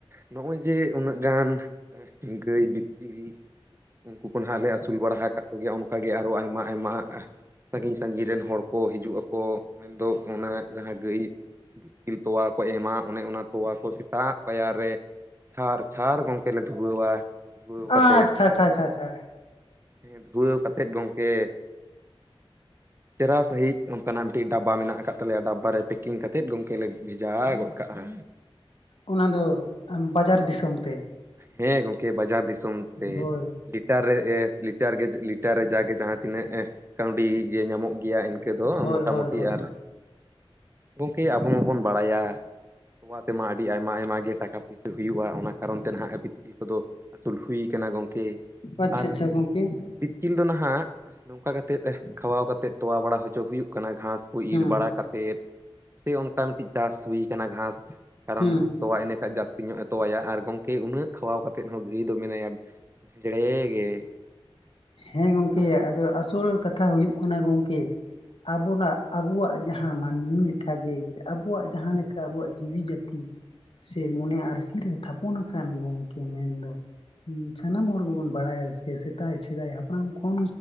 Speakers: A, on the right (about 25°); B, on the left (about 70°).
A: ᱱᱚᱜᱼᱚᱭ ᱡᱮ ᱩᱱᱟᱹᱜ ᱜᱟᱱ ᱜᱟᱹᱭ ᱵᱤᱛᱠᱤᱞ ᱩᱱᱠᱩ ᱠᱚ ᱱᱟᱜ ᱞᱮ ᱟᱹᱥᱩᱞ ᱵᱟᱲᱟ ᱟᱠᱟᱫ ᱠᱚᱜᱮᱭᱟ ᱚᱱᱠᱟ ᱜᱮ ᱟᱨᱚ ᱟᱭᱢᱟ ᱟᱭᱢᱟ ᱥᱟᱜᱤᱧ ᱥᱟᱜᱤᱧ ᱨᱮᱱ ᱦᱚᱲ ᱠᱚ ᱦᱤᱡᱩᱜ ᱟᱠᱚ ᱢᱮᱱ ᱫᱚ ᱚᱱᱟ ᱡᱟᱦᱟᱸ ᱜᱟᱹᱭ ᱵᱤᱛᱠᱤᱞ ᱛᱚᱣᱟ ᱠᱚ ᱮᱢᱟ ᱚᱱᱮ ᱚᱱᱟ ᱛᱚᱣᱟ ᱠᱚ ᱥᱮᱛᱟᱜ ᱯᱟᱭᱟᱨ ᱨᱮ ᱪᱷᱟᱨ ᱪᱷᱟᱨ ᱜᱚᱝᱠᱮ ᱞᱮ ᱫᱷᱩᱣᱟᱹᱣᱟ᱾ ᱫᱷᱩᱣᱟᱹᱣ ᱠᱟᱛᱮᱫ,
B: ᱟᱪᱪᱷᱟ ᱟᱪᱪᱷᱟ ᱟᱪᱪᱷᱟ ᱟᱪᱪᱷᱟ
A: ᱦᱮᱸ ᱫᱷᱩᱣᱟᱹᱣ ᱠᱟᱛᱮᱫ ᱜᱚᱝᱠᱮ ᱪᱮᱦᱨᱟ ᱥᱟᱹᱦᱤᱡ ᱚᱱᱠᱟᱱᱟᱜ ᱢᱤᱫ ᱴᱤᱡ ᱰᱟᱵᱵᱟ ᱢᱮᱱᱟᱜ ᱟᱠᱟᱫ ᱛᱟᱞᱮᱭᱟ ᱰᱟᱵᱵᱟ ᱨᱮ ᱯᱮᱠᱤᱝ ᱠᱟᱛᱮᱫ ᱜᱚᱝᱠᱮ ᱞᱮ ᱵᱷᱮᱡᱟ ᱜᱚᱫ ᱠᱟᱜᱼᱟ᱾
B: ᱚᱱᱟ ᱫᱚ ᱵᱟᱡᱟᱨ ᱫᱤᱥᱚᱢ ᱛᱮ
A: ᱦᱮᱸ ᱜᱚᱝᱠᱮ ᱵᱟᱡᱟᱨ ᱫᱤᱥᱚᱢ ᱛᱮ
B: ᱦᱳᱭ
A: ᱞᱤᱴᱟᱨ ᱨᱮ ᱞᱤᱴᱟᱨ ᱜᱮ ᱞᱤᱴᱟᱨ ᱨᱮ ᱡᱟᱜᱮ ᱡᱟᱦᱟᱸ ᱛᱤᱱᱟᱹᱜ ᱦᱮᱸ ᱠᱟᱹᱣᱰᱤ ᱜᱮ ᱧᱟᱢᱚᱜ ᱜᱮᱭᱟ ᱤᱱᱠᱟᱹ ᱫᱚ
B: ᱦᱳᱭ
A: ᱢᱚᱴᱟ
B: ᱦᱳᱭ
A: ᱢᱩᱴᱤ
B: ᱦᱳᱭ
A: ᱟᱨ ᱜᱚᱝᱠᱮ ᱟᱵᱚ ᱢᱟᱸᱵᱚᱱ ᱵᱟᱲᱟᱭᱟ᱾ ᱛᱚᱣᱟ ᱛᱮᱢᱟ ᱟᱹᱰᱤ ᱟᱭᱢᱟ ᱟᱭᱢᱟ ᱜᱮ ᱴᱟᱠᱟ ᱯᱩᱭᱥᱟᱹ ᱦᱩᱭᱩᱜᱼᱟ ᱚᱱᱟ ᱠᱟᱨᱚᱱ <unintelligible> ᱠᱚᱫᱚ ᱟᱹᱥᱩᱞ ᱦᱩᱭ ᱠᱟᱱᱟ ᱜᱚᱝᱠᱮ
B: ᱟᱪᱪᱷᱟ
A: ᱟᱨ
B: ᱟᱪᱪᱷᱟ ᱜᱚᱝᱠᱮ
A: ᱵᱤᱛᱠᱤᱞ ᱫᱚ ᱱᱟᱦᱟᱜ ᱱᱚᱝᱠᱟ ᱠᱟᱛᱮᱫ ᱠᱷᱟᱣᱟᱣ ᱠᱟᱛᱮᱜ ᱛᱚᱣᱟ ᱵᱟᱲᱟ ᱦᱚ ᱫᱚ ᱦᱩᱭᱩᱜ ᱠᱟᱱᱟ ᱜᱷᱟᱸᱥ ᱠᱚ
B: ᱦᱮᱸ
A: ᱤᱨ ᱵᱟᱲᱟ ᱠᱟᱛᱮᱫ ᱛᱮ ᱚᱱᱠᱟ ᱢᱤᱫ ᱴᱤᱡ ᱪᱟᱥ ᱦᱩᱭ ᱟᱠᱟᱱᱟ ᱜᱷᱟᱥ ᱠᱟᱨᱚᱱ
B: ᱦᱩᱸ
A: ᱛᱚᱣᱟ ᱤᱱᱟᱹ ᱠᱷᱟᱡ ᱡᱟᱹᱥ ᱛᱤ ᱧᱚᱜᱼᱮ ᱛᱚᱣᱟᱭᱟ ᱟᱨ ᱜᱚᱝᱠᱮ ᱩᱱᱟᱹᱜ ᱠᱷᱟᱣᱟᱣ ᱠᱟᱛᱮ ᱦᱚᱸ ᱜᱟᱹᱭ ᱫᱚ ᱢᱮᱱᱟᱭᱟ ᱡᱮᱧᱲᱮ ᱜᱮ᱾
B: ᱦᱮᱸ ᱜᱚᱝᱠᱮ
A: ᱟᱨ
B: ᱟᱫᱚ ᱟᱥᱚᱞ ᱠᱟᱛᱷᱟ ᱦᱩᱭᱩᱜ ᱠᱟᱱᱟ᱾ ᱜᱚᱝᱠᱮ ᱟᱵᱚᱱᱟᱜ ᱟᱵᱚᱣᱟᱜ ᱡᱟᱦᱟᱸ ᱢᱟᱹᱱᱢᱤ ᱞᱮᱴᱷᱟ ᱜᱮ ᱟᱵᱚᱣᱟᱜ ᱡᱟᱦᱟᱸ ᱞᱮᱠᱟ ᱟᱵᱩᱣᱟᱜ ᱡᱤᱣᱤ ᱡᱟᱹᱛᱤ ᱥᱮ ᱢᱚᱱᱮ ᱟᱹᱨᱥᱤ ᱨᱮ ᱛᱷᱟᱯᱚᱱ ᱟᱠᱟᱱ ᱜᱚᱢᱠᱮ ᱢᱮᱱ ᱫᱚ ᱦᱩᱸ ᱥᱟᱱᱟᱢ ᱦᱚᱲ ᱜᱮᱵᱚᱱ ᱟᱯᱮ ᱥᱮᱫᱟᱭ ᱥᱮᱫᱟᱭ ᱦᱟᱯᱲᱟᱢ ᱠᱷᱚᱱ